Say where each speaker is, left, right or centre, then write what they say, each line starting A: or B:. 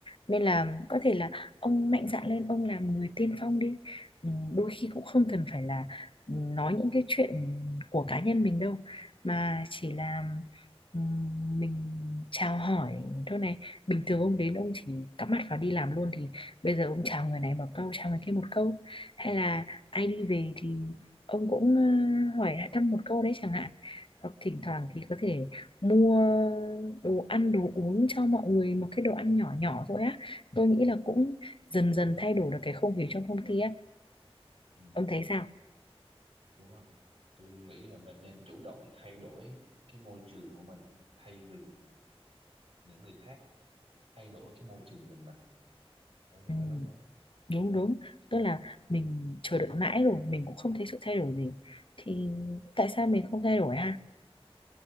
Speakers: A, on the left; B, on the right.
A: nên là có thể là ông mạnh dạn lên ông làm người tiên phong đi Ừm, đôi khi cũng không cần phải là ừm, nói những cái chuyện của cá nhân mình đâu mà chỉ là ừm, mình chào hỏi thôi này bình thường ông đến ông chỉ cắm mặt vào đi làm luôn thì bây giờ ông chào người này một câu chào người kia một câu hay là ai đi về thì ông cũng ờ, hỏi thăm một câu đấy chẳng hạn hoặc thỉnh thoảng thì có thể mua đồ ăn đồ uống cho mọi người một cái đồ ăn nhỏ nhỏ thôi á tôi nghĩ là cũng dần dần thay đổi được cái không khí trong công ty á
B: ừ.
A: ông thấy sao
B: đúng rồi tôi nghĩ là mình nên chủ động thay đổi cái môi trường của mình thay vì những người khác thay đổi cái môi trường giùm mình đấy tôi
A: ừ,
B: nói đúng không
A: đúng đúng tức là mình chờ đợi mãi rồi mình cũng không thấy sự thay đổi gì thì tại sao mình không thay đổi ha